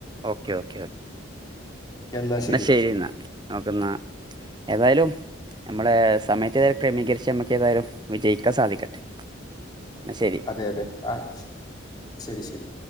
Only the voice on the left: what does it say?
എന്നാ
ശരി
അതെ അതെ ആഹ് ശെരി ശെരി